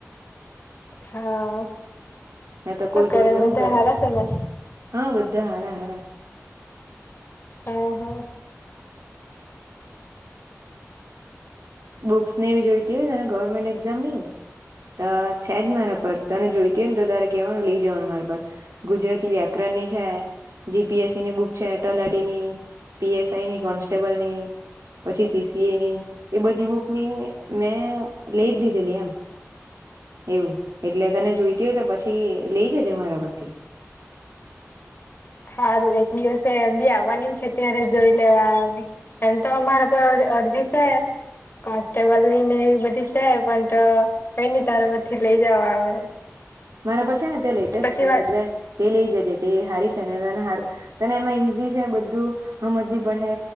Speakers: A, on the left; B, on the right.
A: હા
B: ના તો
A: શું
B: કોઈ કોઈ તો
A: બધા
B: હું કરે
A: હારા છે ને
B: હા બધા હારા હારા
A: હા હા
B: બુક્સ ને બી જોઈતી હોયને ગવર્મેન્ટ એક્ઝામ ની તો છે જ મારા પર તને જોઈતી હોય ને તો તારે કેવાનું લઈ જવાનું મારા પર ગુજરાતી વ્યાકરણ ની છે જી પી એસ સી ની બુક છે ટલાટી ની પી એસ આઈ ની કોન્સ્ટેબલ ની પછી સી સી એની એ બધી બુક ની મેં લઈ જ લીધેલી એમ એવું એટલે તને જોઈતી હોય તો પછી લઈ જજે મારા પરથી. <unintelligible>
A: સારું એક દિવસે એમ બી આવવાની છે અત્યારે જોઈ લેવામ એમ તો અમારા પર અડધી છે કોન્સ્ટેબલ નીને એવી બધી છે પણ કઈ ન તારમાંથી લઈ જવા આવે
B: મારા પર છે ને તે લેટેસ્ટ
A: પછી
B: છે
A: વા
B: એટલે તે લઈ જ જે હારી છે ને તને હારુ તને એમાં ઈઝી છે બધું હમજ બી પડે